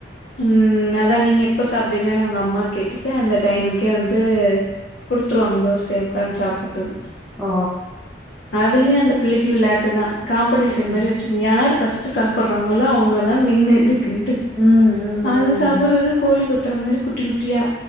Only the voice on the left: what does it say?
ம் அதா நீங்க எப்ப சாப்பிடுவீங்கன்னு அவங்க அம்மா கேட்டு ட்டு அந்த டைமுக்கே
வந்து குடுத்துருவாங்க தோசைய உக்கான் சாப்புடுன்
அதுலயு அந்த பிள்ளைக்கு விளாட்டு தா காம்படிஷன்
மாரி வச்சுக்கு யார் ஃபஸ் ட்டு சாப்புடுறாங்களோ அவங்கதா வின்னர் இதுக்குன்ட்டு
அது சாப்புடுறது கோழி கொத் துற மாரி குட்டி குட்டியா